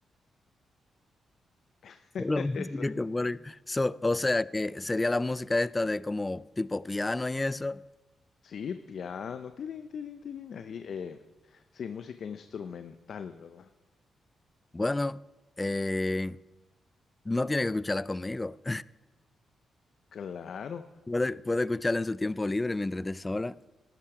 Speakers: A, on the left; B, on the left.
A: <laughs>
B: Solo <laughs> música
A: Eso-
B: que pone- so- o sea que sería la música esta de como tipo piano y eso.
A: Sí, piano, tirín, tirín, tirín, así, eh, sí, música instrumental, ¿verdad?
B: Bueno, eh, no tiene que escucharla conmigo.
A: Claro,
B: Puede, puede escucharla en su tiempo libre mientras esté sola.